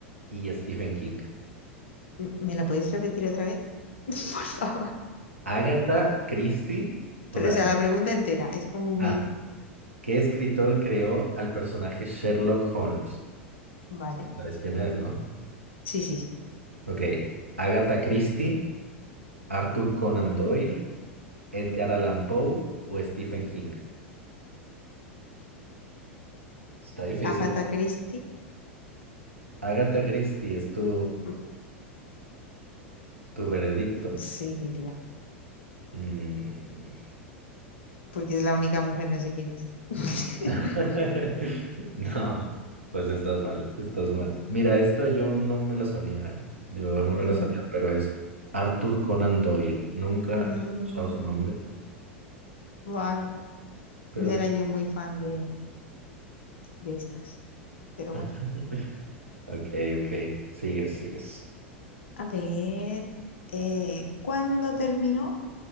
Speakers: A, on the right; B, on the left.
A: y Stephen King.
B: M- ¿Me lo podéis repetir otra vez? <laughs> Por favor.
A: Agatha Christie, o
B: Pero,
A: sea,
B: o sea, la pregunta entera es como muy...
A: ah, ¿qué escritor creó al personaje Sherlock Holmes?
B: ¿Vale?
A: Sí, sabes quién es, ¿no?
B: Sí, sí, sí.
A: Ok. Agatha Christie, Arthur Conan Doyle, Edgar Allan Poe o Stephen King. Está difícil.
B: Agatha Christie,
A: Agatha Christie es tu,
B: mm,
A: tu veredicto.
B: sí diría,
A: Mm.
B: porque es la única mujer, no sé quién es. <laughs>
A: <laughs> No, pues estás mal, estás mal. Mira, esta yo no me la sabía, ¿eh? Yo no me
B: No.
A: la sabía, pero es Arthur Conan Doyle. Nunca
B: Mm,
A: he escuchado su nombre,
B: vale,
A: pero...
B: no era yo muy fan de, de estas, pero
A: <laughs>
B: bueno.
A: Ok, ok, sigues, sigues.
B: A ver, eh, ¿cuándo terminó?